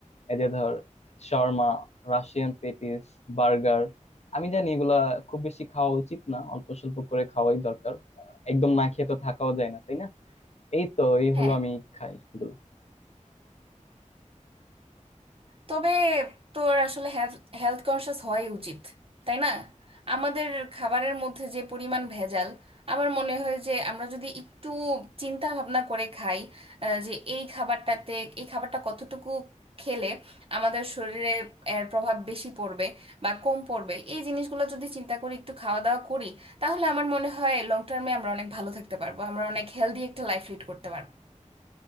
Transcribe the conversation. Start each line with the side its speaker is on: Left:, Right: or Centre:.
Left: এই যে ধর শর্মা রাশিয়ান পেটিস বার্গার আমি জানি এগুলা খুব বেশি খাওয়া উচিত না অল্প স্বল্প করে খাওয়াই দরকার আহ, একদম না খেয়ে তো থাকাও যায় না তাই না এই তো এই
Right: হ্যাঁ
Left: হলো আমি খাই এগুলো
Right: তবে তোর আসলে হেলথ কনসিয়াস হওয়াই উচিত তাই না আমাদের খাবারের মধ্যে যে পরিমাণ ভেজাল আমার মনে হয় যে আমরা যদি একটু চিন্তা ভাবনা করে খাই আহ, যে এই খাবারটাতে এই খাবারটা কতটুকু খেলে আমাদের শরীরে এর প্রভাব বেশি পড়বে বা কম পড়বে এই জিনিসগুলো যদি চিন্তা করি একটু খাওয়া দাওয়া করি তাহলে আমার মনে হয় লং টার্মে আমরা অনেক ভালো থাকতে পারবো আমরা অনেক হেলদি একটা লাইফ লিড করতে পারবো